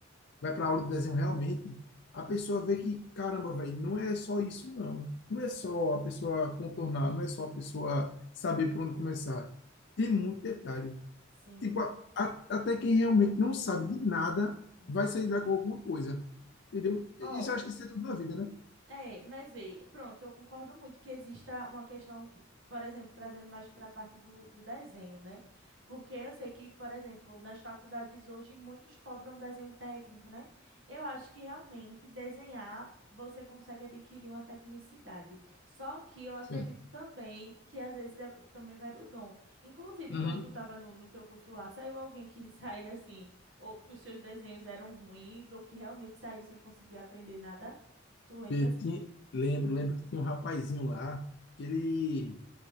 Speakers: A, on the left; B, on the right.
A: vai para aula de desenho realmente, a pessoa vê que, caramba, velho, não é só isso, não. Não é só a pessoa contornar, não é só a pessoa saber por onde começar. Tem muito detalhe.
B: Sim.
A: Tipo, a- a- até quem realmente não sabe de nada
B: uhum.
A: vai sair daqui com alguma coisa. Entendeu? Isso
B: Ó,
A: eu acho que isso é tudo na vida, né?
B: É, mas vê, pronto, eu concordo muito que exista uma questão, por exemplo, trazendo mais para a parte do, do desenho, né? Porque eu sei que, por exemplo, nas faculdades hoje muitos cobram desenho técnico, né? Eu acho que realmente desenhar você consegue adquirir uma tecnicidade. Só que eu acredito
A: Sim.
B: também que às vezes é- também vai do dom. Inclusive,
A: Uhum.
B: quando tu estava no, no teu curso lá, saiu alguém que <laughs> saía assim, ou que os seus desenhos eram ruins, ou que realmente saiu sem conseguir aprender nada? Tu lembra
A: E tinha- lembro, lembro que tinha um rapazinho lá, que ele